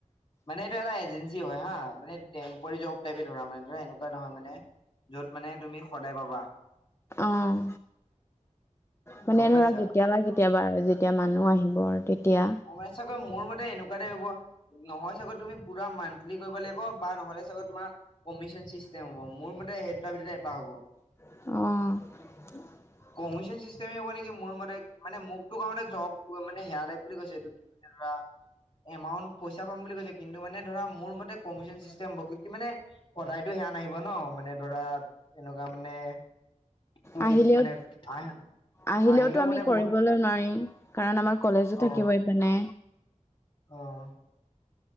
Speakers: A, on the left; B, on the left.
A: মানে এইটো এটা এজেঞ্চি হয় হা মানে টেম পৰি জব টাইপে ধৰা মানে ধৰা এনেকুৱা নহয় মানে। য'ত মানে তুমি সদায় পাবা।
B: অ', মানে
A: গম পাইছা
B: ধৰা কেতিয়াবা কেতিয়াবা আৰু যেতিয়া মানুহ আহিব। আৰু তেতিয়া
A: অ, হয় চাগে <unintelligible> কৈ মোৰ মতে এনেকুৱাতে হব। নহয় চাগত তুমি পুৰা মান্থলি কৰিব লাগিব বা নহলে চাগে তোমাৰ কমিশন চিচটেম হ'ব মোৰ মোৰ মতে সেই দুটাৰ ভিতৰত এটা হ'ব।
B: অ',
A: কমিচন চিষ্টেমে হ'ব নেকি মোৰ মতে মানে মোকটো কাৰ মান জব মানে হেয়া টাইপ কৈছে এইটো কি বুলে কোৱা এমাউণ্ট পইচা পাম বুলি কৈছে কিন্তু মানে ধৰা মোৰ মতে কমিশন চিষ্টেম হব কিউকি কি মানে সদায়টো সেয়া নাই <unintelligible> ন মানে ধৰা এনেকুৱা মানে টুৰিষ্ট
B: আহিলেও
A: মানে আহ
B: আহিলেওতো
A: আহিলেও
B: আমি
A: মানে
B: কৰিবলৈ
A: বহুত
B: নোৱাৰিম। কাৰণ আমাৰ কলেজো
A: অ
B: থাকিব ইপিনে।
A: অ',